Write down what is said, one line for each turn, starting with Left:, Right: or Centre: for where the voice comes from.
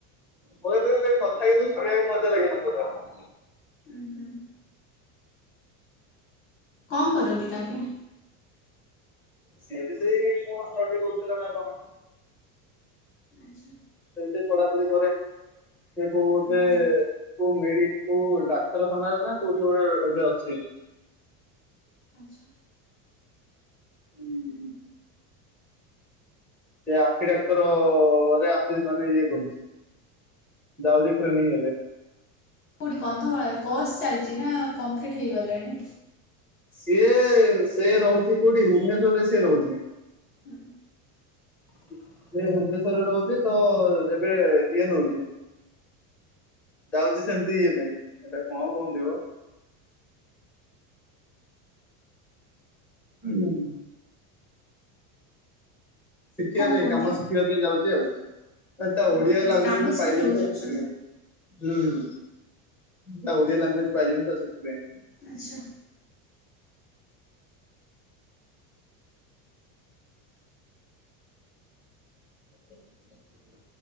Centre: ମୋତେ <unintelligible> ସେ କଥା କିନ୍ତୁ ଶୁିଣିବାକୁ ମଜା ଲାଗେ।
Left: ଉଁ ହୁଁ। କଣ କରନ୍ତି ତାଙ୍କେ?
Centre: ସିଏ ବି ସେଇ କଣ ଷ୍ଟଡି କରୁଥିଲା ନା କଣ
Left: ଆଚ୍ଛା
Centre: ସେଇଠୀ ପଢାପଢି କରେ ସେଏ କୋଉ ଏବେ।
Left: ଉଁ ହୁଁ
Centre: କୋଉ ମେଡି କୋଉ ଡାକ୍ତରଖାନାରେ ନା କୋଉଠି ଗୋଟେ ଏବେ ଅଛି।
Left: ଆଚ୍ଛା।
Centre: ହୁଁ ସେ ଆଖି ଡାକ୍ତରରେ ଆସି ମାନେ ଇଏ କରୁଛି। ଯାଉଚି ଟ୍ରେନିଂ ଏବେ।
Left: କୋଠି କନ୍ଧମାଳ କୋର୍ସ ଚାଲିଛି ନା କମ୍ପ୍ଲିଟ ହେଇଗଲାଣି?
Centre: ସିଏ ସେ ରହୁଛି କୋଉଠି? ଭୁବନେଶ୍ୱରରେ ସିଏ ରହୁଛି।
Left: ହୁଁ।
Centre: ସିଏ ଭୁବନେଶ୍ଵରରେ ରହୁଛି ତ ଏବେ ଇଏ ନଉଛି। ଯାଉଛି ସେମିତି ଇଏ ପାଇଁ, ସେଟା କଣ କୁହନ୍ତିବ? ହୁଁ ଶିଖିବା
Left: କଣ
Centre: ପାଇଁ,
Left: କୁହନ୍ତି?
Centre: କାମ ଶିଖିବା ପାଇଁ ଯାଉଛି ଆଉ। ନା ତା
Left: ଉଁ
Centre: ଓଡିଆ
Left: ହୁଁ।
Centre: ଲାଙ୍ଗୁଏଜ
Left: କାମ
Centre: ମୁଁ
Left: ଶିଖିବାକୁ
Centre: ପାଇଲିନି ତ,
Left: ଯାଉଛନ୍ତି?
Centre: ସେଥିପାଇଁ। ହୁଁ ଉଁ, ତା ଓଡ଼ିଆ ଲାଙ୍ଗୁଏଜ ପାଇଲିନି ତ ସେଥିପାଇଁ।
Left: ଆଛା।
Centre: <inaudible>